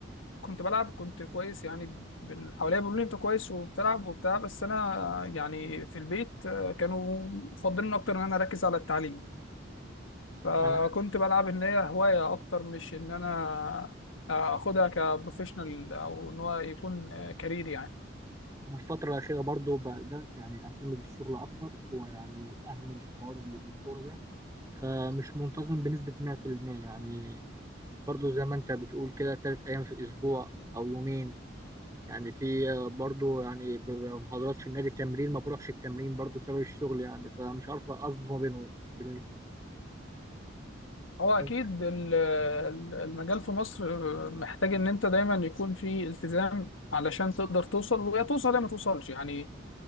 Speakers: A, on the left; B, on the right.
A: كنت بلعب كنت كويس يعني بال- حواليا بيقولوا لي انت كويس وبتلعب وبتاع بس انا آه، يعني في البيت آه، كانوا مفضلين اكتر ان انا اركز على التعليم فكنت
B: انا
A: بلعب ان هي هواية اكتر مش ان انا آه، اخدها كبروفيشنال او ان هو يكون آه، كارير يعني
B: الفترة الأخيرة برضو بدأت يعني أهتم بالشغل أكتر ويعني أهمل في حوار ال- الكورة ده فمش منتظم بنسبة 100% يعني برضو زي ما أنت بتقول كده تلات أيام في الأسبوع أو يومين يعني في آه، برضو يعني بيبقى محاضرات في النادي تمرين ما بروحش التمرين برضو بسبب الشغل يعني فمش عارف أنظم ما بينهم بين الاتنين
A: هو اكيد
B: انت
A: ال- ال- المجال في مصر آه، محتاج ان انت دايما يكون في التزام علشان تقدر توصل ويا توصل يا ما توصلش يعني